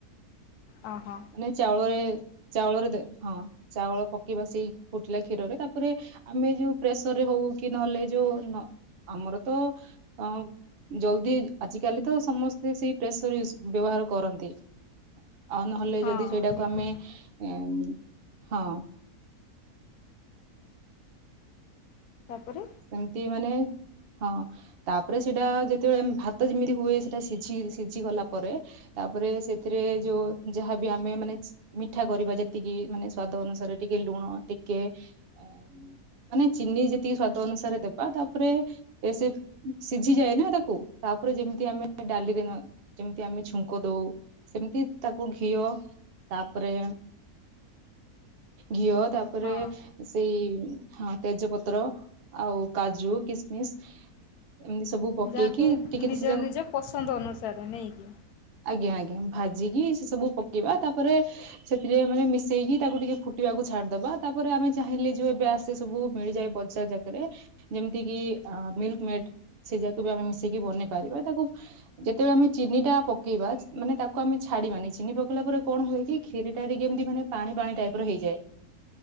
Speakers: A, on the left; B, on the right.
A: ଅ, ହଁ।
B: ନାଇ ଚାଉଳରେ ଚାଉଳରେ ଦେ ହଁ ଚାଉଳ ପକେଇବା ସେଇ ଫୁଟିଲା କ୍ଷୀରରେ ତାପରେ ଆମେ ଯୋଉ ପ୍ରେସର ରେ ହଉ କି ନହେଲେ ଯୋ ନ ଆମର ତ ଅଁ ଜଲ୍ଦି ଆଜିକାଲି ତ ସମସ୍ତେ ସେଇ ପ୍ରେସର ୟୁଜ୍ ବ୍ୟବହାର କରନ୍ତି। ଆଉ ନହେଲେ
A: ହଁ
B: ଯଦି ସେଇଟାକୁ
A: ନିହାତି
B: ଆମେ ଏମ୍ ହଁ।
A: ତାପରେ।
B: ସେମ୍ତି ମାନେ ହଁ ତାପରେ ସେଇଟା ଯେତେବେଳେ ଭାତ ଯେମିତି ହୁଏ ସେଟା ସିଝି ସିଝିଗଲା ପରେ ତାପରେ ସେଥିରେ ଯୋଉ ଯାହାବି ଆମେ ମାନେ ମିଠା କରିବା ଯେତିକି ମାନେ ସ୍ଵାଦ ଅନୁସାରେ ଟିକେ ଲୁଣ ଟିକେ ଏଁ ଚିନି ଯେତିକି ସ୍ଵାଦ ଅନୁସାରେ ଦେବା ତାପରେ ଏ ସେ ସିଝିଯାଏ ନା ତାକୁ ତାପରେ ଯେମିତି ଆମେ ଡାଲିରେ ନ ଯେମିତି ଆମେ ଛୁଙ୍କ ଦଉ ସେମିତି ତାକୁ ଘିଅ ତାପରେ ଘିଅ ତାପରେ
A: ହଁ
B: ସେଇ ହଁ ତେଜପତ୍ର ଆଉ କାଜୁ, କିସମିସ୍ ଏମ୍ତି ସବୁ ପକେଇକି
A: ଯାହାକୁ
B: ଟିକେ
A: ନିଜ
B: ସେ ଯାକ
A: ନିଜ ପସନ୍ଦ ଅନୁସାରେ ନେଇକି।
B: ଆଜ୍ଞା ଆଜ୍ଞା ଭାଜିକି ସେ ସବୁ ପକେଇବା ତାପରେ ସେଥିରେ ମାନେ ମିଶେଇକି ତାକୁ ଟିକେ ଫୁଟିବାକୁ ଛାଡିଦବା ତାପରେ ଆମେ ଚାହିଁଲେ ଯୋଉ ଏବେ ଆସେ ସବୁ ମିଳିଯାଏ ବଜାର ଜାଗାରେ ଯେମିତି କି ଆଁ ମିଲ୍କ୍ ମେଡ୍ ସେ ଯାକୁ ବି ଆମେ ମିଶେଇକି ବନେଇ ପାରିବା ତାକୁ ଯେତେବେଳେ ଆମେ ଚିନି ଟା ପକେଇବା ମାନେ ତାକୁ ଆମେ ଛାଡିବାନି ଚିନି ପକେଇଲା ପରେ କଣ ହୁଏ କି କ୍ଷୀରୀ ଟା ଟିକେ ଏମ୍ତି ମାନେ ପାଣି ପାଣି ଟାଇପ୍ ର ହେଇଯାଏ।